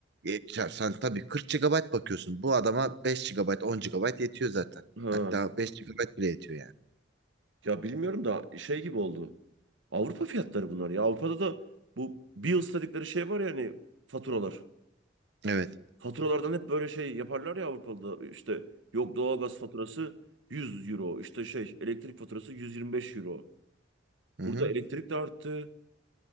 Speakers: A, on the right; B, on the right.
A: e, ya sen tabii 40 gigabayt bakıyorsun. Bu adama 5 gigabayt 10 gigabayt yetiyor zaten.
B: Ha.
A: Hatta 5 gigabayt bile yetiyor yani.
B: Ya bilmiyorum da şey gibi oldu. Avrupa fiyatları bunlar ya. Avrupa'da da bu bills dedikleri şey var ya hani faturalar.
A: Evet.
B: Faturalardan hep böyle şey yaparlar ya Avrupa'da. İşte yok doğalgaz faturası 100 euro. İşte şey elektrik faturası 125 euro.
A: Hı
B: Burada
A: hı.
B: elektrik de arttı.